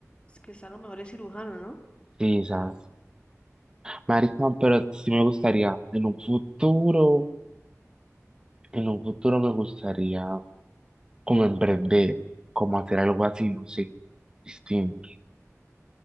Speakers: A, on the left; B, on the right.
A: es que están los mejores cirujanos, ¿no?
B: Sí, sabes. Marica, pero sí me gustaría, en un futuro, en un futuro me gustaría como emprender, como hacer algo así, no sé, distinto.